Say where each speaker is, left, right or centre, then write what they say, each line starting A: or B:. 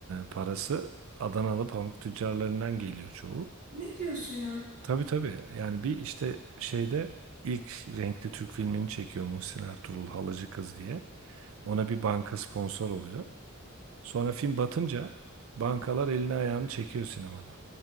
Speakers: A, on the right; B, on the right.
A: parası Adanalı pamuk tüccarlarından geliyor çoğu.
B: Ne diyorsun ya?
A: Tabii tabii. Yani bir işte şeyde ilk renkli Türk filmini çekiyor Muhsin Ertuğrul Halacı Kız diye. Ona bir banka sponsor oluyor. Sonra film batınca bankalar elini ayağını çekiyor sinemadan.